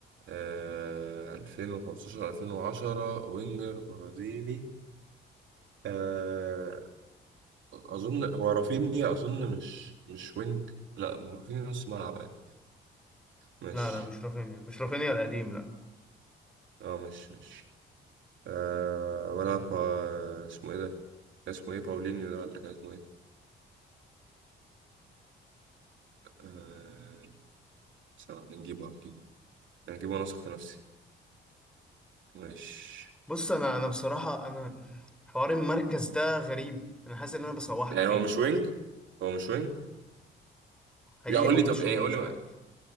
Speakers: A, on the right; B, in the centre.
A: آه 2015 2010 وينجر برازيلي آه اظن هو رافينيا اظن مش مش وينج لا رافينيا نص ملعب عادي مش
B: لا لا مش رافينيا مش رافينيا القديم لا
A: اه مش مش آه ولا با اسمه ايه ده كان اسمه ايه باولينيو ده ولا كان اسمه ايه آه ثواني، هنجيبه هنجيبه هنجيبه وانا واثق في نفسي مش
B: بص انا انا بصراحة انا حوار المركز ده غريب انا حاسس ان انا بصوحك
A: يعني
B: فيه
A: هو مش
B: بصراحة
A: وينج هو مش وينج
B: حقيقي
A: لا قول
B: ما
A: لي
B: كنتش
A: طب يعني
B: مش
A: قول لي
B: عارف